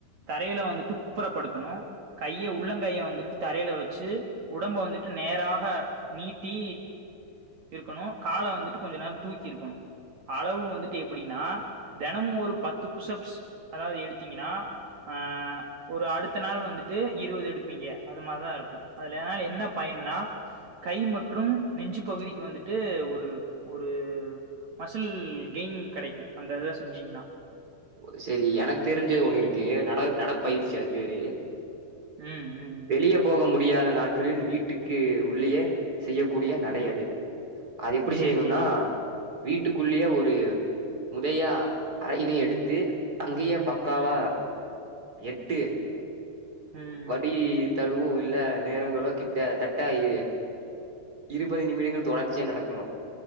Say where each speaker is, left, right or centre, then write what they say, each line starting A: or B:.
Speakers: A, on the right; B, on the right.
A: தரையில வந்துட்டு குப்புர படுக்கணு கைய உள்ளங்கையை வந்துட்டு தரையில வெச்சு உடம்ப வந்துட்டு நேராக நீட்டி இருக்கணு கால வந்துட்டு கொஞ்ச நேரோ தூக்கி இருக்கணு அளவு வந்துட்டு எப்டின்னா தெனமும் ஒரு பத்து புஷ் அப்ஸ் அதாது எடுத்தீங்கன்னா ஆ ஒரு அடுத்த நாள் வந்துட்டு இருவது எடுப்பீங்க அது மாரிதா இருக்கு அதனால என்ன பயன்னா கை மற்றும் நெஞ்சு பகுதிக்கு வந்துட்டு ஒரு ஒரு மசில் கெயின் கேடைக்கு அந்த இத செஞ்சீங்கன்னா
B: ஓ சேரி எனக்கு தெரிஞ்சது ஒன்னு இருக்கு நட நடப்பயிற்சி அது பேரு
A: ம் ம்
B: வெளியே போக முடியாத நாட்களில் வீட்டுக்கு உள்ளேயே செய்யக்கூடிய நடை அது அது எப்புடி
A: சேரி
B: செய்யணும்னா
A: சேரி
B: வீட்டுக்குள்ளியே ஒரு முதையா அறயினை எடுத் து அங்கியே பக்காவா
A: ம்
B: எட்டு
A: ம்
B: வடி தழுவு இல்ல நேரங்களோ கிட்ட தட்டாயி இருபது நிமிடங்கள் தொடர்ச்சியா நடக்கணும்